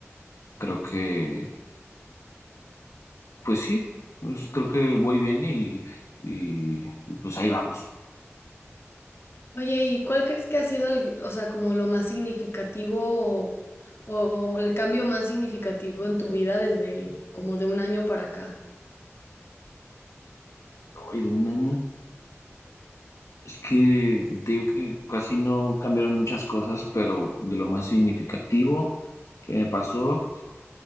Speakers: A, on the left; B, on the left.
A: creo que, pues sí, pues creo que voy bien y, y, y pues ahí vamos.
B: Oye, ¿y cuál crees que ha sido el, o sea, como lo más significativo o, o el cambio más significativo en tu vida desde como de un año para acá?
A: Hoy de un año. Es que te digo que casi no cambiaron muchas cosas, pero de lo más significativo que me pasó